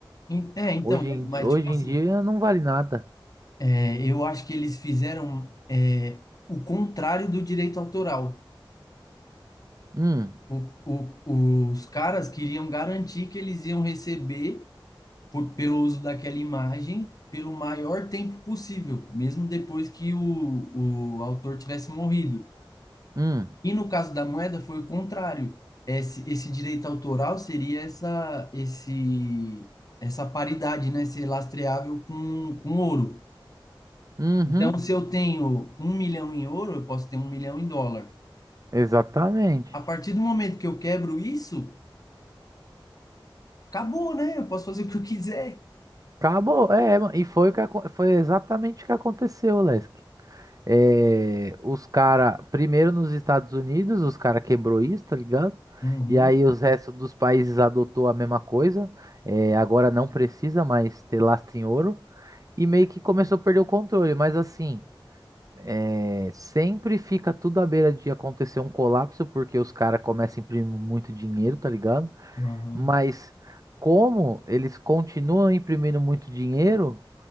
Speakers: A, on the left; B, on the right.
A: en- é, então,
B: Hoje
A: é,
B: em,
A: mas
B: hoje
A: tipo assim,
B: em dia não vale nada.
A: é, eu acho que eles fizeram é, o contrário do direito autoral.
B: Hum,
A: O- o- os caras queriam garantir que eles iam receber por- pelo uso daquela imagem pelo maior tempo possível, mesmo depois que o, o autor tivesse morrido.
B: hum,
A: E no caso da moeda foi o contrário. Esse, esse direito autoral seria essa, esse, essa paridade, né, ser lastreável com, com ouro.
B: uhum,
A: Então, se eu tenho um milhão em ouro, eu posso ter um milhão em dólar.
B: exatamente.
A: A partir do momento que eu quebro isso, acabou, né? Eu posso fazer o que eu quiser.
B: Acabou, é, ma- e foi, o que, acon- foi exatamente o que aconteceu, Lesk. É, os cara, primeiro nos Estados Unidos, os cara quebrou isso, tá ligado?
A: Uhum,
B: E aí os restos dos países adotou a mesma coisa. É, agora não precisa mais ter lastro em ouro. E meio que começou a perder o controle. Mas assim, é, sempre fica tudo à beira de acontecer um colapso, porque os caras começam a imprimir muito dinheiro, tá ligado?
A: uhum,
B: Mas como eles continuam imprimindo muito dinheiro,